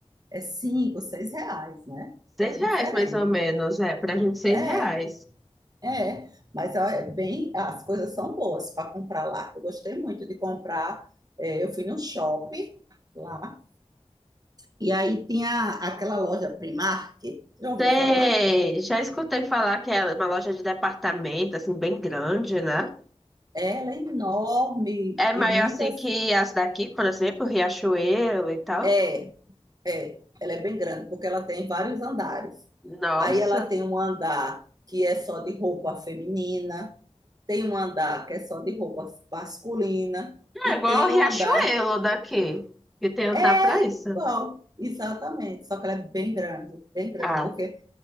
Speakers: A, on the right; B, in the centre.
A: É cinco, seis reais, né? Então
B: Seis
A: é
B: reais,
A: diferente.
B: mais ou menos, é, pra gente seis
A: É,
B: reais.
A: é. Mas ó, é bem, as coisas são boas para comprar lá. Eu gostei muito de comprar. É, eu fui num shopping lá e aí tinha aquela loja Primark. Já ouviu
B: Sei,
A: falar?
B: já escutei falar que é uma loja de departamento, assim, bem grande, né?
A: Ela é enorme
B: É maior
A: e muitas.
B: assim que as daqui, por exemplo, Riachuelo e tal.
A: É, É, ela é bem grande, porque ela tem vários andares.
B: Nossa,
A: Aí ela tem um andar que é só de roupa feminina, tem um andar que é só de roupa masculina,
B: é
A: e
B: igual
A: tem
B: o Riachuelo
A: o um andar.
B: daqui, que tem andar
A: É
B: pra isso.
A: igual, exatamente, só que ela é bem grande, bem grande,
B: Ah,
A: porque